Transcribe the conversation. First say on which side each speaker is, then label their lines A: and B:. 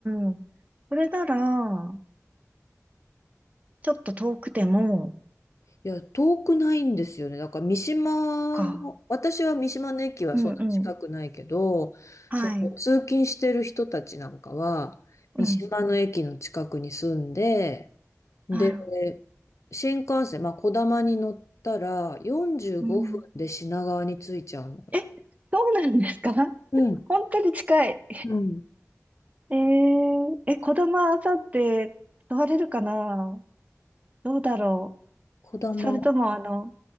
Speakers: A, on the right (about 25°); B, on the left (about 65°).
A: ーん。それなら、ちょっと遠くても、
B: いや、遠くないんですよね。だから三島の、
A: か。
B: 私は三島の駅はそんな近くないけど、
A: うんうん。はい。
B: その通勤してる人たちなんかは、
A: うん。
B: 三島の駅の近くに住んで、で、
A: はい。
B: 新幹線、まあ、こだまに乗ったら45分で品川に着いちゃうの。
A: うん。え、そうなんですか <laughs>
B: うん、
A: 本当に近い。
B: うん。
A: えー、え、子供は朝って座れるかなどうだろ
B: こだま。
A: う。それとも、あの、